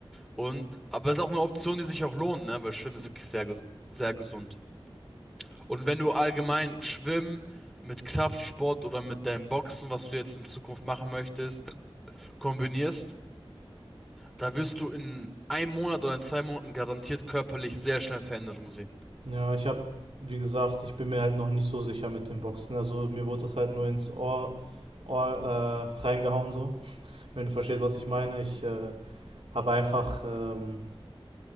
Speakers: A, in the centre; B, on the right.
A: Und, aber ist auch eine Option, die sich auch lohnt, ne? Weil Schwimmen ist wirklich sehr, ges- sehr gesund. Und wenn du allgemein schwimmen mit Kraftsport oder mit deinem Boxen, was du jetzt in Zukunft machen möchtest, kombinierst, da wirst du in einem Monat oder in zwei Monaten garantiert körperlich sehr schnell Veränderungen sehen.
B: Ja, ich habe, wie gesagt, ich bin mir halt noch nicht so sicher mit dem Boxen. Also mir wurde das halt nur ins Ohr, Ohr äh, reingehauen so. Wenn du verstehst, was ich meine, ich äh, habe einfach, ähm,